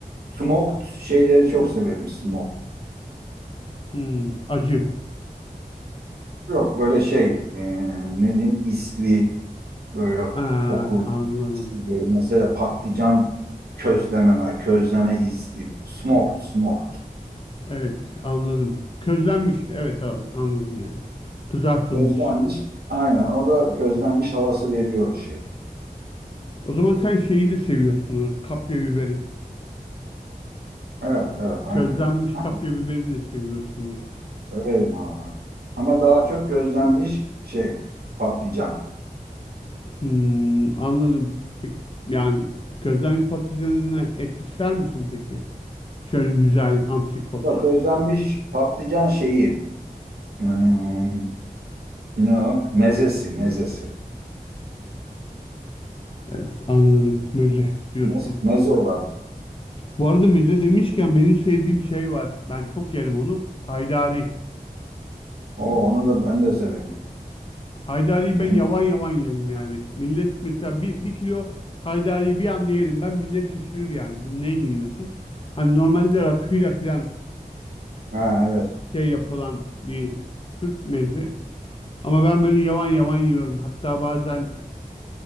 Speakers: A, on the right; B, on the left.
A: smoked şeyleri çok severim smoked.
B: Hmm, acı.
A: Yok böyle şey e, ne diyeyim isli böyle
B: Aa,
A: kokulu
B: anladım.
A: isli böyle mesela patlıcan közleme közleme isli smoked smoked.
B: Evet, anladım. Közlenmiş. Evet, evet, anladım yani. Kızartılmış.
A: Közlenmiş. Aynen. O da közlenmiş havası veriyor o şey.
B: O zaman sen şeyi de seviyorsunuz. Kapya biberi.
A: Evet, evet, aynen.
B: Közlenmiş
A: Ha,
B: kapya biberini de seviyorsunuz.
A: Severim abi. Ama daha çok közlenmiş şey patlıcan.
B: Hmm, anladım. Peki, Yani közlenmiş patlıcanına et ister misin peki? Şöyle güzel antrikot.
A: Yok, közlenmiş patlıcan şeyi. hmm, ne o? Mezesi, mezesi.
B: E, Anladım. Müze diyorsun.
A: Mez, meze olarak.
B: Bu arada müze demişken benim sevdiğim şey var. Ben çok yerim onu. Haydari.
A: O, onu da ben de severim.
B: Haydari'yi
A: Ben,
B: ben yavan yavan yerim yani. Millet mesela bir, bir kilo haydariyi bir anda yerim. Ben millet şaşırır yani. Bu neyle yiyorsun? Hani normalde rakıyla falan
A: ha, evet.
B: şey yapılan bir tür meze. Ama ben böyle yavan yavan yiyorum. Hatta bazen